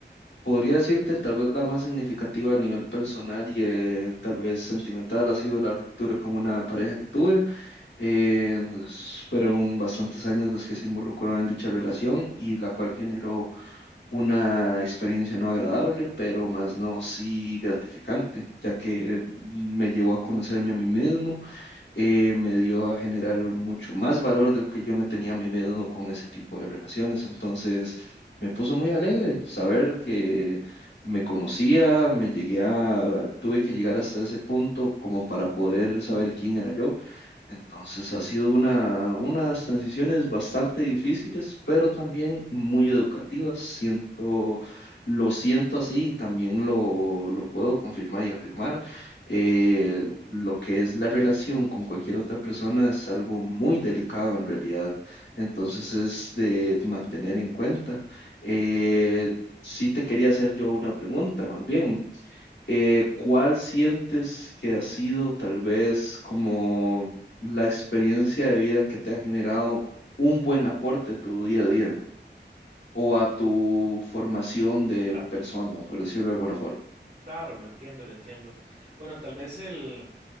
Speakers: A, on the left; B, on the right.
A: Podría decirte, tal vez la más significativa a nivel personal y eh, tal vez sentimental ha sido la ruptura con una pareja que tuve. Eh, s- fueron bastantes años los que se involucró en dicha relación y la cual generó una experiencia no agradable, pero más no sí gratificante, ya que mm, me llevó a conocerme a mí mismo eh, me dio a generar mucho más valor del que yo me tenía a mí mismo con ese tipo de relaciones. Entonces, me puso muy alegre saber que me conocía, me llegué a, tuve que llegar hasta ese punto como para poder saber quién era yo. Entonces ha sido una, unas transiciones bastante difíciles, pero también muy educativas. Siento, lo siento así y también lo, lo puedo confirmar y afirmar. Eh, lo que es la relación con cualquier otra persona es algo muy delicado en realidad. Entonces es de mantener en cuenta. Eh, sí te quería hacer yo una pregunta, más bien eh, ¿cuál sientes que ha sido tal vez como la experiencia de vida que te ha generado un buen aporte a tu día a día o a tu formación de
B: Claro,
A: persona, por decirlo de alguna forma?
B: claro, lo entiendo, lo entiendo. Bueno, tal vez el,